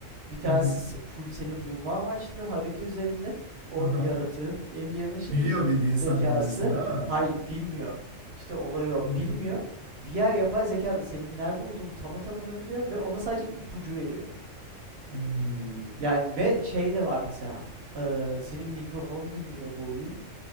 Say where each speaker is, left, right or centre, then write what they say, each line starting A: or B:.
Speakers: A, on the right (about 60°); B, on the right (about 85°).
A: Bir tanesi
B: Hı hı.
A: full seni bulma amaçlı harita üzerinde. O
B: Aha.
A: yaratığın, alien'ın şeyi,
B: Biliyor bildiğin
A: zekası.
B: sen neredesin değil mi?
A: Hayır bilmiyor. İşte olay o
B: Hı
A: bilmiyor.
B: hı.
A: Diğer yapay zeka da senin nerede olduğunu tam tamına biliyor ve ona sadece ipucu veriyor.
B: Hmm.
A: Yani ve şey de var mesela. eee, senin mikrofonu dinliyor bu oyun.